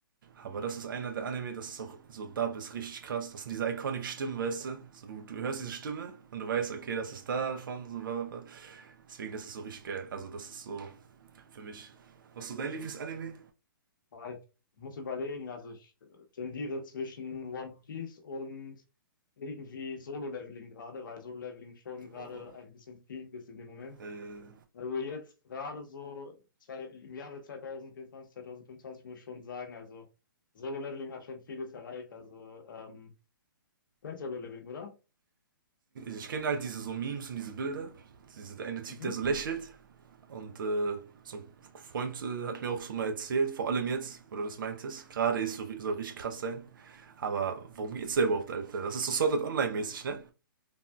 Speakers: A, on the right; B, on the left.
A: Aber das ist einer der Anime, das ist auch so Dub ist richtig krass. Das sind diese iconic Stimmen, weißt du? So, du, du hörst diese Stimme und du weißt, okay, das ist davon, so bla bla Deswegen, das ist so richtig geil. Also das ist so für mich. Was ist so dein Lieblingsanime?
B: Aber ich muss überlegen, also ich äh, tendiere zwischen One Piece und irgendwie Solo-Leveling gerade, weil Solo-Leveling schon gerade
A: Oh.
B: ein bisschen peak ist in dem Moment.
A: Äh,
B: Also jetzt gerade so zwei, im Jahre 2024, 2025 muss ich schon sagen, also Solo-Leveling hat schon vieles erreicht. Also ähm, du kennst Solo-Leveling, oder?
A: ich kenne halt diese so Memes und diese Bilder. Dieser eine Typ,
B: Mhm.
A: der so lächelt. Und äh, so ein Freund äh, hat mir auch so mal erzählt, vor allem jetzt, wo du das meintest. Gerade ist so, ri- soll richtig krass sein. Aber worum geht's da überhaupt, Alter? Das ist so Sword Art Online-mäßig, ne?